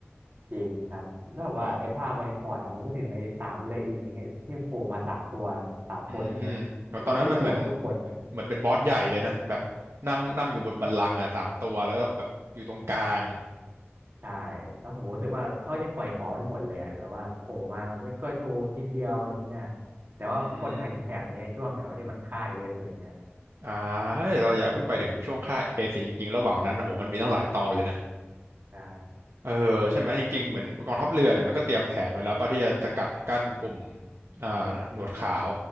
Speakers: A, on the right; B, on the right.
A: จริงครับแล้วแบบว่าไอ้ภาคมาริฟอร์ดอะผมนึกถึงไอ้สามเลยอีอย่างเงี้ยที่มันโผล่มาสามตัวสามคนอย่างเงี้ยแล้วมันได้โชว์กันทุกคน
B: โนอืมโนตอนนั้นมันเหมือนเหมือนเป็นบอสใหญ่เลยนะแบบนั่งนั่งอยู่บนบัลลังก์อ่ะสามตัวแล้วก็แบบอยู่ตรงกลาง
A: ใช่แล้วผมรู้สึกว่าเขายังปล่อยของไม่หมดเลยอะแบบว่าโผล่มาไม่ก็โชว์นิดเดียวอะไรเงี้ยแต่ว่าคนค่าอิมแพกอย่างเงี้ยช่วงเดียวที่มันฆ่าเอสอะไรเงี้ย
B: อืมอ่าเฮ้ยเราอย่าเพิ่งไปถึงช่วงค่าเอซีจริงๆระหว่างนั้นโอ้โหมันมีตั้งหลายตอนเลยนะ
A: ใช่
B: เออใช่ไหมจริงๆเหมือนกองทัพเรือเนี่ยมันก็เตรียมแผนไว้แล้วป่ะที่จะสกัดกั้นกลุ่มอ่าหนวดขาว